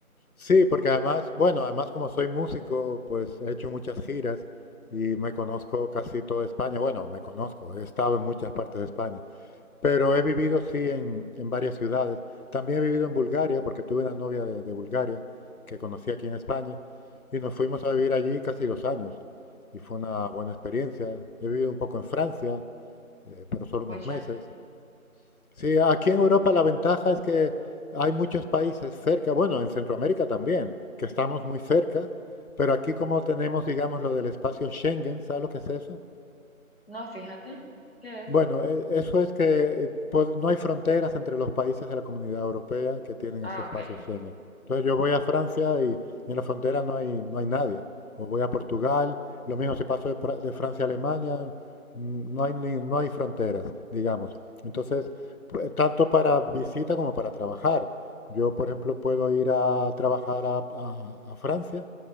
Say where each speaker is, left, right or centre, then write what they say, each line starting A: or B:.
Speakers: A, on the left (about 75°); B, on the left (about 45°).
A: Sí, porque además, bueno, además como soy músico, pues he hecho muchas giras y me conozco casi toda España. Bueno, me conozco, he estado en muchas partes de España, pero he vivido sí en, en varias ciudades. También he vivido en Bulgaria, porque tuve una novia de, de Bulgaria que conocí aquí en España y nos fuimos a vivir allí casi dos años y fue una buena experiencia. He vivido un poco en Francia, eh, pero solo
B: Pucha,
A: unos meses. Sí, aquí en Europa la ventaja es que hay muchos países cerca, bueno, en Centroamérica también, que estamos muy cerca, pero aquí como tenemos, digamos, lo del espacio Schengen, ¿sabes lo que es eso?
B: no, fíjate, ¿qué es?
A: Bueno, e- eso es que eh, pues, no hay fronteras entre los países de la Comunidad Europea que tienen
B: Ah,
A: ese espacio
B: ok.
A: Schengen. Entonces yo voy a Francia y en la frontera no hay, no hay nadie. O voy a Portugal, lo mismo si paso de, Fra- de Francia a Alemania, mm, no hay, ni- no hay fronteras, digamos. Entonces, pu- tanto para visita como para trabajar. Yo, por ejemplo, puedo ir a trabajar a a- a Francia